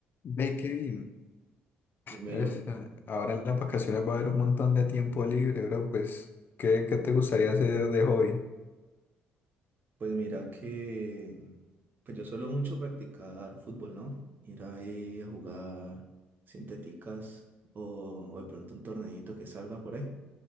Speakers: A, on the left; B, on the right.
A: Ve que bien.
B: Dímelo.
A: Es, eh, ahora en las vacaciones va a haber un montón de tiempo libre, bro. Pues, ¿qué, qué te gustaría hacer de hobby?
B: Pues mira que pues yo suelo mucho practicar fútbol, ¿no? Ir ahí a jugar sintéticas o, o de pronto un torneito que salga por ahí.